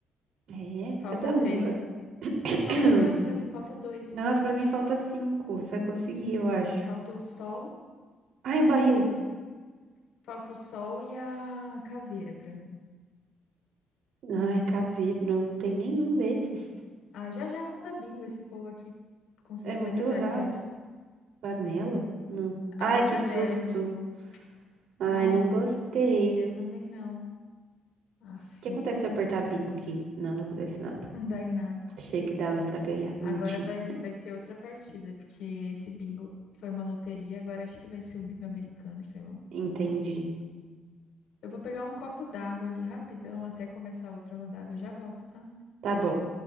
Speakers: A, on the right (about 80°); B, on the left (about 80°).
A: É,
B: Falta
A: cadê a
B: três.
A: lua? <clears throat>
B: Falta dois pra mim, falta dois.
A: Nossa, pra mim falta cinco. Você vai conseguir, eu acho.
B: Falta o sol.
A: Ai, o barril.
B: Olha o barril. Falta o sol e a caveira pra mim.
A: Ai, caveira. Não, não tem nenhum desses.
B: Ah, já já vão dar bingo esse povo aqui com 50
A: É muito
B: cartela.
A: rápido. Panela? Não.
B: Ah,
A: Ai,
B: já
A: que susto.
B: deram bingo.
A: Ai,
B: Ai,
A: não gostei.
B: eu
A: O
B: também não. Aff,
A: que acontece se eu apertar bingo aqui? Não, não acontece
B: <laughs>
A: nada.
B: não dá em nada.
A: Achei que dava pra ganhar.
B: Agora
A: Menti.
B: vai, vai ser outra partida, porque esse bingo foi uma loteria, agora acho que vai ser o bingo americano, sei lá.
A: Entendi.
B: Eu vou pegar um copo d'água ali rapidão até começar outra rodada. Eu já volto, tá?
A: Tá bom.